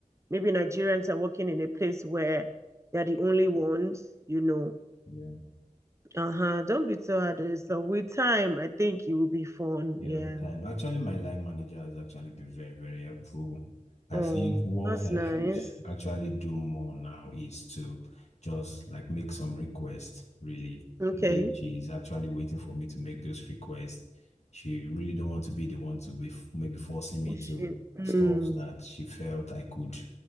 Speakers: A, on the right (about 20°); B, on the left (about 55°).
A: maybe Nigerians are working in a place where they're the only ones, you know.
B: Yeah.
A: Uh huh. Don't be too hard on yourself. With time, I think it will be fun.
B: Yeah,
A: Yeah.
B: with time. Actually, my line manager has actually been very, very helpful. I
A: Oh,
B: think what
A: that's
B: I
A: nice.
B: should actually do more now is to just like make some requests, really.
A: Okay.
B: Maybe she's actually waiting for me to make those requests. She really don't want to be the one to be f- maybe forcing me
A: Pushing.
B: to
A: Mm.
B: stuff that she felt I could